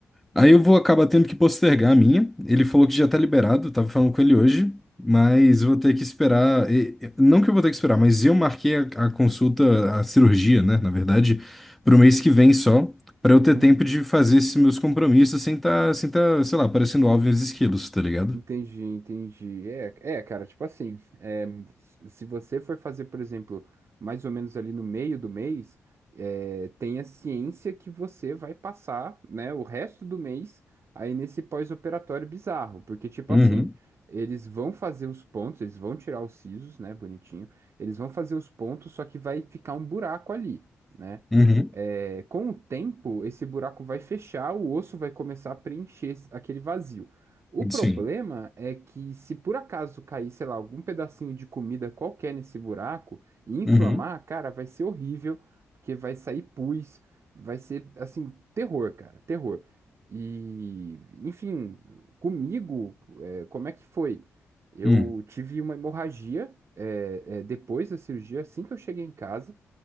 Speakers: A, in the centre; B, on the right.
A: Aí eu vou acabar tendo que postergar a minha. Ele falou que já tá liberado, eu tava falando com ele hoje, mas eu vou ter que esperar. e- e- Não que eu vou ter que esperar, mas eu marquei a, a consulta, a cirurgia, né, na verdade, pro mês que vem só, pra eu ter
B: Uhum.
A: tempo de fazer esses meus compromissos sem tá, sem tá, sei lá, parecendo alvo e os esquilos, tá ligado?
B: Entendi, entendi. É, é, cara, tipo assim, é, se você for fazer, por exemplo, mais ou menos ali no meio do mês, é, tenha ciência que você vai passar, né, o resto do mês aí nesse pós-operatório bizarro, porque, tipo
A: Uhum,
B: assim, eles vão fazer os pontos, eles vão tirar os sisos, né, bonitinho, eles vão fazer os pontos, só que vai ficar um buraco ali. né?
A: uhum,
B: É, com o tempo, esse buraco vai fechar, o osso vai começar a preencher esse- aquele vazio. O problema
A: sim.
B: é que, se por acaso cair, sei lá, algum pedacinho de comida qualquer nesse buraco e inflamar,
A: Uhum,
B: cara, vai ser horrível, porque vai sair pus, vai ser, assim, terror, cara, terror. E, enfim, comigo, é, como é que foi? Eu
A: uhum.
B: tive uma hemorragia, é, é, depois da cirurgia, assim que eu cheguei em casa.